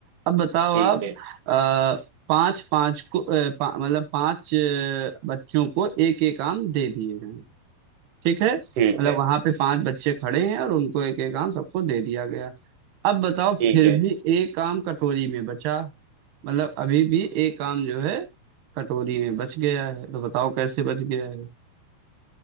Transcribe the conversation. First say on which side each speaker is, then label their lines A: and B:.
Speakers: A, on the right; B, on the right.
A: अब बताओ
B: ठीक
A: आप
B: है
A: अ, पांच पांच को अ, पा, मतलब पांच अ, बच्चों को एक एक आम दे दिए गए ठीक है मतलब
B: ठीक है
A: वहां पे पांच बच्चे खड़े हैं और उनको एक एक आम सबको दे दिया गया अब बताओ
B: ठीक
A: फिर
B: है
A: भी एक आम कटोरी में बचा मतलब अभी भी एक काम जो है कटोरी में बच गया है तो बताओ कैसे बच गया है